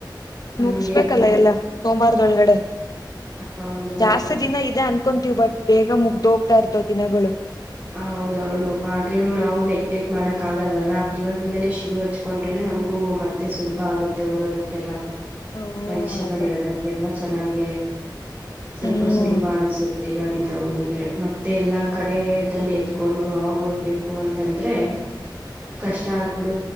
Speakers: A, on the right; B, on the left.
A: ಹಂಗೆ
B: ಮುಗಿಸಬೇಕಲ್ಲ ಎಲ್ಲಾ ಸೋಮವಾರದೊಳಗಡೆ..
A: ಹೌದೌದು
B: ಜಾಸ್ತಿ ದಿನ ಇದೆ ಅನ್ಕೊಂತೀವಿ ಬಟ್ ಬೇಗ ಮುಗ್ದ ಹೋಗ್ತಾ ಇರ್ತವ ದಿನಗಳು
A: ಹೌದೌದು ಆದ್ರೂ ನಾವು ನೆಗ್ಲೆಕ್ಟ್ ಮಾಡಕ್ ಆಲ್ವಲ್ಲಾ ಇವಾಗಿಂದಾನೇ ಶುರು ಹಚ್ಕೊಂಡ್ರೆ ನಮ್ಗೂ ಮತ್ತೆ ಸುಲಭ ಆಗುತ್ತೆ ಓದೋದಕ್ಕೆಲ್ಲ
B: ಹ್ಮ
A: ಪರೀಕ್ಷೆ
B: ಅದೇ
A: ಬರೆಯೋದಕ್ಕೆಲ್ಲ ಚೆನ್ನಾಗ ಸ್ವಲ್ಪ
B: ಹ್ಮ್
A: ಸುಲಭ ಅನ್ಸುತ್ತೆ ಇವಾಗಿಂದ ಹಓದಿದ್ರೆ ಮತ್ತೆ ಎಲ್ಲಾ ಕಡೆ ಲ್ಲಿ ಎತ್ಕೊಂಡು ಅವಾಗ ಓದ್ಬೇಕು ಅಂತಂದ್ರೆ ಕಷ್ಟ ಆಗ್ಬಿಡ